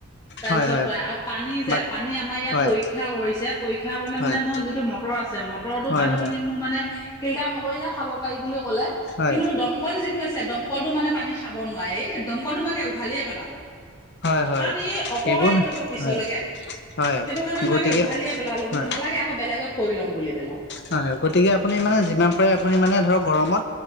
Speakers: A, on the left; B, on the left.
A: তাৰ
B: হয়
A: পিছত
B: হয়
A: কোৱা আৰু পানী যে
B: বাক
A: পানী আমাৰ ইয়াত
B: হয়
A: পৰীক্ষা কৰিছে পৰীক্ষা কৰোতে
B: হয়
A: মানে মই যিটো মটৰ আছে মটৰতো
B: হয়
A: পানী খিনি
B: হয়
A: মোৰ মানে ফিল্টাৰ নকৰিলে খাব পাৰি বুলি ক'লে
B: হয়
A: কিন্তু মোৰ দমকল যিটো আছে দমকলটো মানে পানী খাব নোৱাৰি। এই দমকল মই একে উঘালিয়ে পেলালো।
B: হয় হয় হয়
A: কাৰণ ই অপকাৰ
B: একো ন
A: কৰিব পিছলৈকে।
B: হয় হয়
A: সেইটো কাৰণে মই
B: গতিকে
A: একে উঘালিয়ে পেলালো বোলো
B: হয়
A: নালাগে আকৌ বেলেগত কৰি ল'ম। বুলি পেলাই
B: হয় হয় গতিকে আপুনি মানে যিমান পাৰে আপুনি মানে ধৰক গৰমত